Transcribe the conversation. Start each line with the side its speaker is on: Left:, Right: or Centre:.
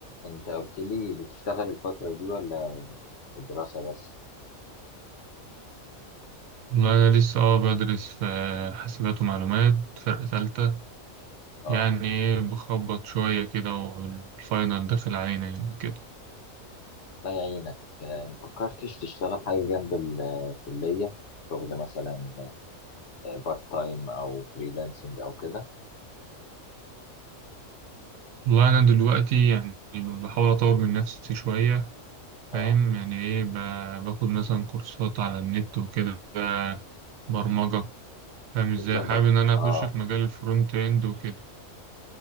Left: انت قلت لي بتشتغل الفترة دي ولا في الدراسة بس
Right: والله أنا لسه أه بدرس في حاسبات ومعلومات فرقة تالتة
Left: اه
Right: يعني إيه بخبط شوية كده والفاينل داخل علينا يعني وكده
Left: الله يعينك آه، مفكرتش تشتغل حاجة جنب الكلية شغل مثلا بارت تايم او فريلانسنج او كده
Right: والله أنا دلوقتي يعني بحاول أطور من نفسي شوية
Left: اه
Right: فاهم يعني إيه ب- باخد مثلا كورسات على النت وكده برمجة فاهم إزاي
Left: بتظبط
Right: حابب إن أنا أخش
Left: اه
Right: في مجال الفرونت إند وكده